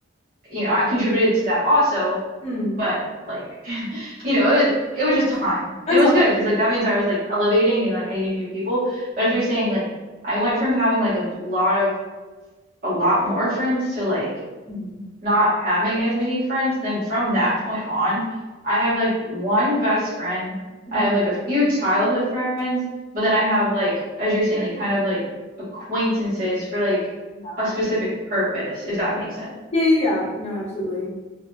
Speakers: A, on the right; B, on the left.
A: you know, I contributed to that also,
B: Hmm.
A: but like <laughs> you know, it was, it was just time. It
B: That's
A: was good because like that means I was like elevating and like I needed new people. But
B: awesome.
A: as you're saying, like I went from having like a lot of a lot more friends to like
B: Mhm.
A: not having as many friends, then from that point on, I have like one best friend.
B: Mhm.
A: I have like a few childhood friends, but then I have like, as you're saying, like kind of like acquaintances for like
B: Yeah.
A: a specific purpose, if that makes sense.
B: Yeah, yeah, yeah. No, absolutely.